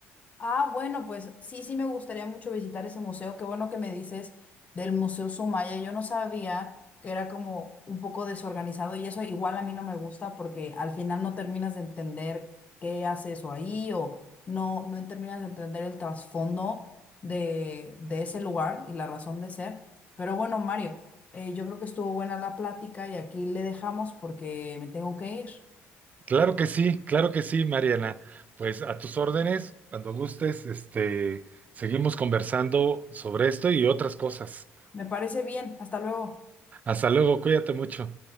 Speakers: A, on the left; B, on the right.
A: Ah, bueno, pues sí, sí me gustaría mucho visitar ese museo. Qué bueno que me dices del Museo Sumaya. Yo no sabía que era como un poco desorganizado y eso igual a mí no me gusta porque al final no terminas de entender qué hace eso ahí o no, no terminas de entender el trasfondo de, de ese lugar y la razón de ser. Pero bueno, Mario, eh, yo creo que estuvo buena la plática y aquí le dejamos porque me tengo que ir.
B: Claro que sí, claro que sí, Mariana. Pues a tus órdenes, cuando gustes, este, seguimos conversando sobre esto y otras cosas.
A: Me parece bien. Hasta luego.
B: Hasta luego, cuídate mucho.